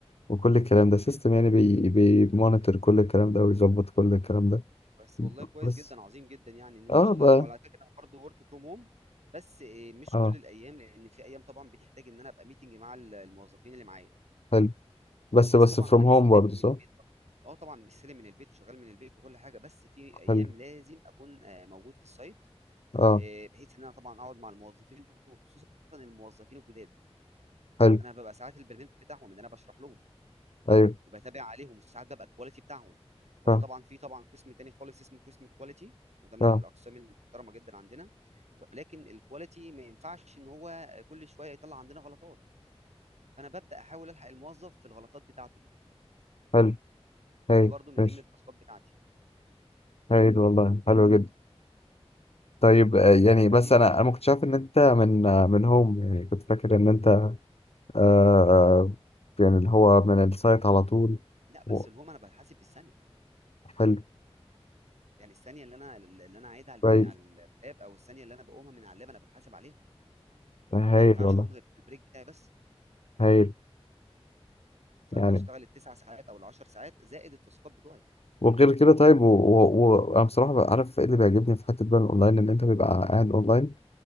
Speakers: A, on the left; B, on the right.
A: وكل الكلام ده
B: تمام.
A: سيستم يعني بي بيمونيتور كل الكلام ده ويظبط كل الكلام ده
B: بس والله كويس
A: بس
B: جدًا، عظيم جدًا يعني إن أنت
A: اه
B: شغّال
A: بقى
B: أهو، وعلى فكرة انا برضه work from home بس آآ مش
A: اه
B: كل الأيام، لإن في أيام طبعًا بتحتاج إن أنا أبقى meeting مع ال الموظفين اللي معايا،
A: حلو بس
B: بس
A: بس
B: طبعًا
A: فروم
B: أنا مستلم
A: هوم برضه
B: من
A: صح
B: البيت برضه. آه طبعًا مستلم من البيت وشغّال من البيت وكل حاجة، بس في أيام
A: حلو
B: لازم أكون آآ موجود في الsite
A: اه
B: آه، بحيث ان انا طبعا اقعد مع الموظفين وخصوصا الموظفين الجداد
A: حلو
B: انا ببقى ساعات البرمنت بتاعهم ان انا بشرح لهم
A: ايوه
B: وبتابع عليهم وساعات ببقى الكواليتي بتاعهم هو
A: فاهم
B: طبعا في طبعا قسم تاني خالص اسمه قسم الكواليتي وده من
A: اه
B: الاقسام المحترمه جدا عندنا ولكن الكواليتي ما ينفعش ان هو كل شويه يطلع عندنا غلطات فانا ببدا احاول الحق الموظف في الغلطات بتاعته دي
A: حلو هايل
B: ودي برضو من
A: ماشي
B: ضمن التاسكات بتاعتي
A: هايل والله حلو جدا طيب آه،
B: انت
A: يعني
B: بقالك
A: بس
B: قد ايه
A: انا
B: في
A: انا ما كنتش عارف ان انت من
B: الشغل بتاعك
A: آه، من هوم يعني كنت فاكر ان انت آه يعني اللي هو من السايت على طول
B: لا
A: و-
B: بس الهوم انا بحاسب بالثانيه
A: حلو
B: يعني الثانيه اللي انا اللي انا قاعدها على
A: كويس
B: على اللاب او الثانيه اللي انا بقومها من على اللاب انا بتحاسب عليها
A: هايل
B: ما ينفعش
A: والله
B: اقوم غير بالبريك بتاعي بس
A: هايل
B: فبشتغل
A: يعني
B: التسع ساعات او العشر ساعات زائد التاسكات بتوعي
A: وغير كده طيب وانا و- و- وانا بصراحه بقى عارف ايه اللي بيعجبني في حته بقى الاونلاين ان انت بيبقى قاعد اونلاين